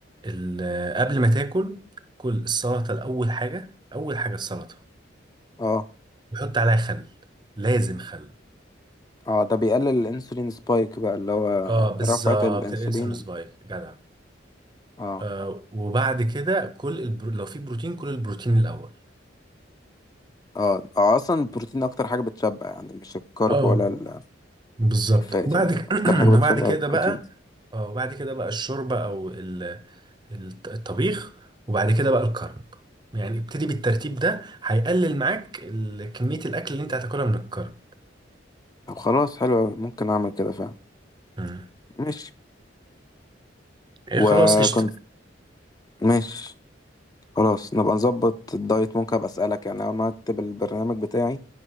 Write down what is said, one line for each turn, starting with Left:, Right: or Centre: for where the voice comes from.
Right: ال- قبل ما تاكل كل السلطه الاول حاجه اول حاجه السلطه
Left: اه
Right: وحط عليها خل لازم خل
Left: اه ده بيقلل الانسولين سبايك بقى اللي هو
Right: اه بالظبط
Left: رفعة الانسولين
Right: الانسولين سبايك جدع
Left: اه
Right: آه وبعد كده كل البرو... لو في بروتين كل البروتين الاول
Left: اه اه اصلا البروتين اكتر حاجه بتشبع يعني مش الكرب
Right: اه
Left: ولا ال-
Right: بالظبط
Left: الفات
Right: وبعد
Left: يعني
Right: ك...
Left: اكتر
Right: <clears throat>
Left: حاجه بتشبع
Right: وبعد كده
Left: البروتين
Right: بقى اه وبعد كده بقى الشوربه او ال... الت- الطبيخ وبعد كده بقى الكرب يعني ابتدي بالترتيب ده هيقلل معاك ال... كميه الاكل اللي انت هتاكلها من الكرب
Left: طب خلاص حلو أوي، ممكن اعمل كده فعلا
Right: مم.
Left: ماشي
Right: ايه
Left: وكنت
Right: خلاص قشطه
Left: ماشي خلاص نبقى نظبط الدايت ممكن ابقى اسالك يعني اول ما اكتب البرنامج بتاعي